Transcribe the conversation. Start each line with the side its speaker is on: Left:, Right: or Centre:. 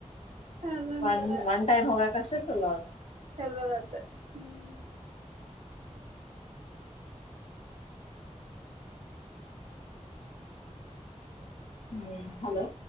Right: ಅದಂತರ.
Left: ಒನ್ ಒನ್ ಟೈಮ್ ಹೋಗಕಷ್ಟೇ ಚಲೋ ಆತ್.
Right: ಚಲೋ ಆತ್ ಹ್ಮು.
Left: ಹ್ಮು ಹಲೋ.